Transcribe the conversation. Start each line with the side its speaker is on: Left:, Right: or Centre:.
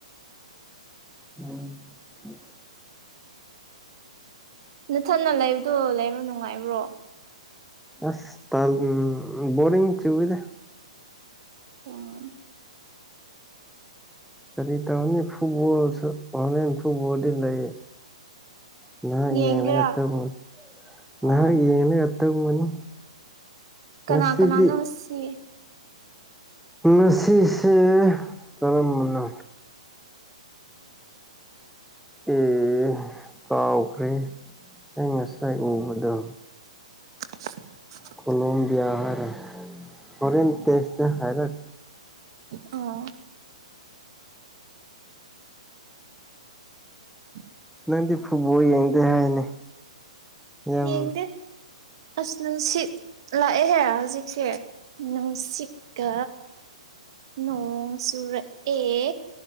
Centre: <unintelligible>
Right: ꯅꯊꯟꯅ ꯂꯩꯕꯗꯣ ꯂꯩꯕ ꯅꯨꯡꯉꯥꯏꯕ꯭ꯔꯣ
Centre: ꯑꯁ ꯇꯟ ꯕꯣꯔꯤꯡ ꯆꯨꯏꯌꯦꯅꯦ
Right: ꯑꯣ
Centre: ꯀꯔꯤ ꯇꯧꯅꯤ ꯐꯨꯠꯕꯣꯜꯁꯨ ꯍꯧꯔꯦꯟ ꯐꯨꯠꯕꯣꯜꯗꯤ ꯂꯩ ꯉꯥꯏꯍꯥꯛ
Right: ꯌꯦꯡꯒꯦꯔꯥ
Centre: ꯌꯦꯡꯂꯒ ꯇꯨꯝꯂꯅꯤ
Right: ꯑꯣ
Centre: ꯅꯍꯥꯛ ꯌꯦꯡꯉꯒ ꯇꯨꯝꯂꯅꯤ ꯉꯁꯤꯗꯤ
Right: ꯀꯅꯥ ꯀꯅꯥꯅꯣ ꯁꯤ
Centre: ꯉꯁꯤꯁꯦ ꯀꯔꯝꯕꯅꯣ ꯑꯦ ꯀꯥꯎꯈ꯭ꯔꯦ ꯑꯩ ꯉꯁꯥꯏ ꯎꯕꯗꯣ
Right: <unintelligible>
Centre: ꯀꯂꯣꯝꯕꯤꯌ ꯍꯔ ꯍꯧꯔꯦꯟ ꯇꯦꯛ꯭ꯁꯇ ꯍꯔꯛ
Right: ꯑꯣ <unintelligible>
Centre: ꯅꯪꯗꯤ ꯐꯨꯠꯕꯣꯜ ꯌꯦꯡꯗꯦ ꯍꯥꯏꯅꯦ ꯌꯥꯝ
Right: ꯌꯦꯡꯗꯦ ꯑꯁ ꯅꯨꯡꯁꯤꯠ ꯂꯥꯛꯑꯦꯍꯦ ꯍꯧꯖꯤꯛꯁꯦ ꯅꯨꯡꯁꯤꯠꯀ ꯅꯣꯡ ꯆꯨꯔꯛꯑꯦ